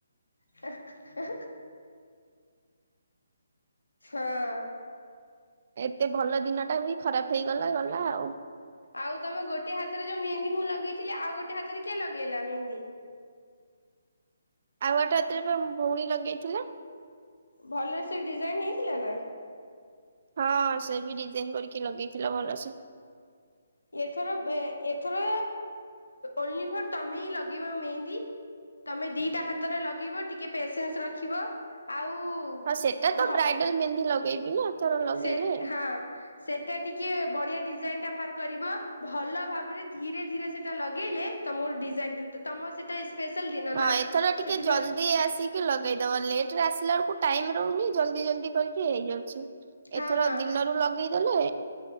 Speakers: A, on the left (about 85°); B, on the right (about 50°).
A: ହେ ହେ ହଁ
B: ଏତେ ଭଲ ଦିନ ଟା ବି ଖରାପ ହେଇଗଲା ଗଲା ଆଉ।
A: ଆଉ ତମେ ଗୋଟେ ହାତରେ ଯୋଉ ମେହନ୍ଦି ମୁଁ ଲଗେଇଥିଲି ଆଉ ଗୋଟେ ହାତରେ କିଏ ଲଗେଇଲା ମେହନ୍ଦି।
B: ଆଉ ଗଟେ ହାତରେ ପା ଭଉଣୀ ଲଗେଇଥିଲା।
A: ଭଲରେ ସେ ଡିଜାଇନ ହେଇଥିଲା ନା?
B: ହଁ ସେ ବି ଡିଜାଇନ କରିକି ଲଗେଇଥିଲା ଭଲସେ।
A: ଏଥର ବେ ଏଥର ଓନ୍ଲି ଫର୍ ତମେ ହିଁ ଲଗେଇବ ମେହେନ୍ଦୀ ତମେ ଦିଟା ହାତରେ ଲଗେଇବ ଟିକେ ପେସେନ୍ସ ରଖିବ, ଆଉ
B: ହଁ ସେଟା
A: ଭବ
B: ତ ବ୍ରାଇଡାଲ ମେହେନ୍ଦି ଲଗେଇବି ନା ଏଥର ଲଗେଇଲେ।
A: ସେଟ ହଁ। ସେଟା ଟିକେ ବଢିଆ ଡିଜାଇନ ଟା ବାହାର କରିବ ଭଲ ଭାବରେ ଧୀରେ ଧୀରେ ସେଟା ଲଗେଇଲେ ତମ ଡିଜାଇନ ତମ ସେଟା ସ୍ପେଶାଲ ଦିନ
B: ହଁ
A: ନା
B: ଏଥର ଟିକେ
A: ସେଥିପାଇଁ
B: ଜଲଦି ଆସିକି ଲଗେଇଦବ ଲେଟ ରେ ଆସିଲା ବେଳକୁ ଟାଇମ ରହୁନି। ଜଲଦି ଜଲଦି କରିକି ହେଇଯାଉଛି।
A: ହଁ
B: ଏଥର
A: ହଁ
B: ଦିନରୁ ଲଗେଇଦେଲେ